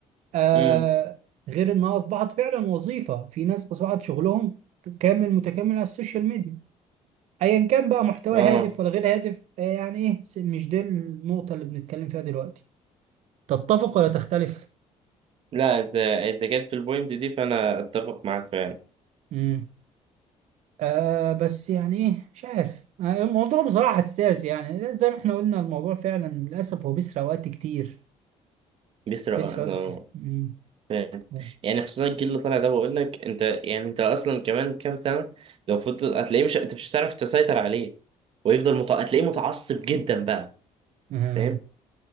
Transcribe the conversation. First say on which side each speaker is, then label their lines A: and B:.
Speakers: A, on the right; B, on the right.
A: آه
B: امم
A: غير انها اصبحت فعلا وظيفه في ناس اصبحت شغلهم كامل متكامل على السوشيال ميديا ايا كان بقى محتوى
B: اه
A: هادف ولا غير هادف آه يعني ايه س- مش دي النقطه اللي بنتكلم فيها دلوقتي تتفق ولا تختلف
B: لا انت انت جبت البوينت دي فانا اتفق معاك فعلا
A: امم آه بس يعني ايه مش عارف آه الموضوع بصراحه حساس يعني زي ما احنا قلنا الموضوع فعلا للاسف هو بيسرق وقت كتير
B: بيسرق
A: بيسرق
B: وقت.
A: وقت
B: اه
A: كتير. مم.
B: فاهم
A: مم.
B: يعني خصوصا الجيل اللي طالع ده بقول لك انت يعني انت اصلا كمان كام سنه لو فضل هتلاقيه مش انت مش هتعرف تسيطر عليه ويفضل مت... هتلاقيه متعصب جدا بقى
A: آه.
B: فاهم